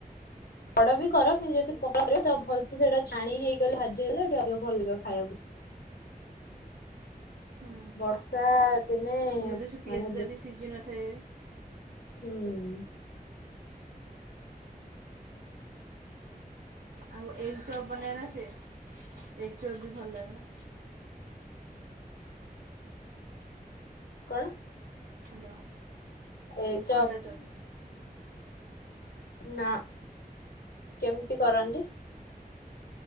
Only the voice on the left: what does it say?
ଵଡ ବି କର କିନ୍ତୁ ଯଦି ପ ଭଲସ ସେଇଟା ଛାଣି ହେଇଗଲେ ଭାଜି ହେଲେ ଭଲ ଖାଇବାକୁ
ବର୍ଷା ଦିନେ
ମାନେ
ହୁଁ।
କଣ
ଏଗ୍ ଚପ?
ନା କେମିତି କରନ୍ତି?